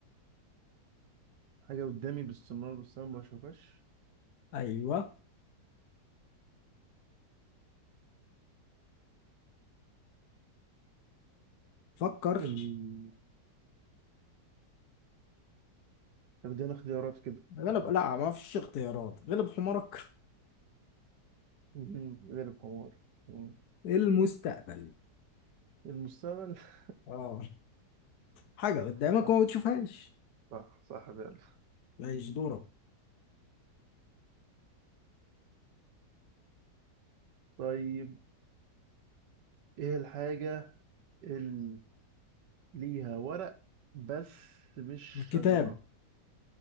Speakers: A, on the right; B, on the left.
A: حاجه قدامي باستمرار باستمرار ما بشوفهاش
B: ايوه فكر
A: ال... طب ادينا اختيارات كده
B: غلب
A: والله
B: لا ما فيش اختيارات غلب حمارك
A: مم، غير الحمار مم.
B: المستقبل
A: المستقبل <laughs>
B: اه حاجة قدامك
A: صح
B: وما بتشوفهاش
A: صح صح فعلا
B: ماشي دورك
A: طيب ايه الحاجه اللي ليها ورق بس مش
B: الكتاب
A: شجرة